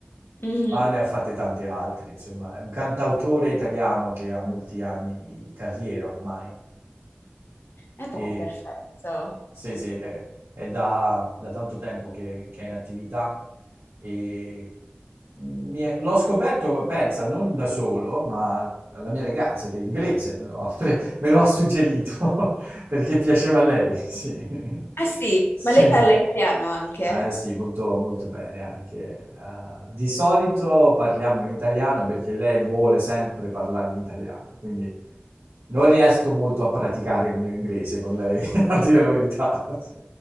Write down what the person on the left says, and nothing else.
Mhm.
Eh
beh, perfetto.
Ah sì,
ma lei parla italiano anche?